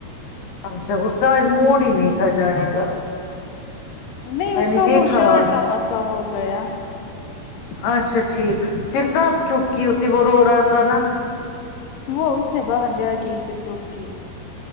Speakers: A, on the left; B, on the left.
A: اچھا اس کا آج موڈ ہی نہیں تھا جانے کا
B: نہیں
A: میں
B: اس
A: نے
B: کا
A: دیکھا
B: وہ شرٹ
A: آج۔
B: کا مسئلہ ہو گیا
A: اچھا ٹھیک پھر کب چپ کی اسے وہ رو رہا تھا نا
B: وہ اس نے باہر جا کے ہی پھر چپ کی